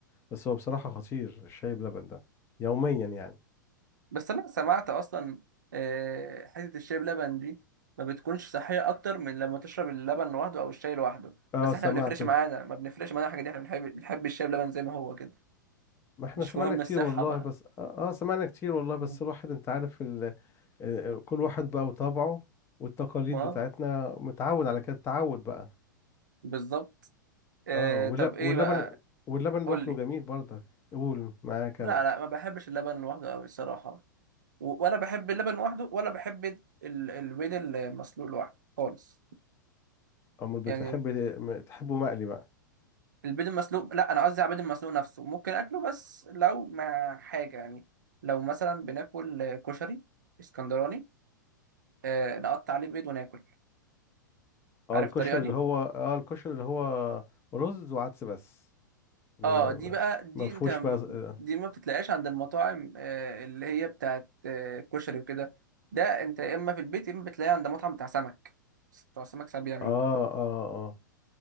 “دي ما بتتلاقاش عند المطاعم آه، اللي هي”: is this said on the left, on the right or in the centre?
Right